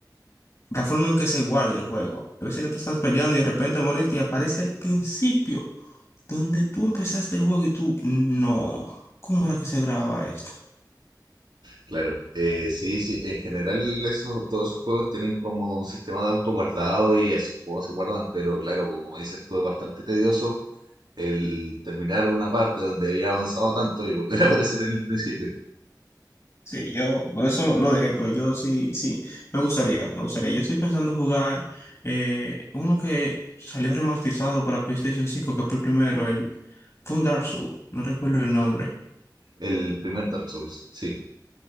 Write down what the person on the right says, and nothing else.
Claro, eh, sí, sí, en general eso, todos esos juegos tienen como un sistema de autoguardado y así es como se guardan, pero claro, como dices tú, es bastante tedioso el terminar una parte donde había avanzado tanto y volver a <laughs> aparecer en el principio.
El primer Dark Souls, sí.